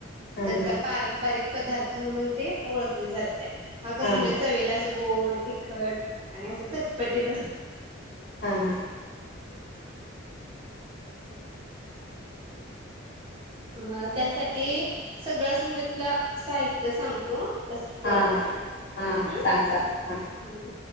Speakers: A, on the left; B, on the right.
A: हां
B: त्यांचा
A: हां
B: पारंपारिक पदार्थ म्हणून ती ओळखली जातिया कसं
A: हां
B: म्हणजे चवीला असं गोड, तीखट आणि असं चटपटीत असं
A: हा हा.
B: मग त्यासाठी सगळंच म्हणजे तुला साहित्य सांगतो, तस कर
A: हां हां
B: म
A: हां हां
B: तू
A: हां
B: हम्.
A: सांग सांग हां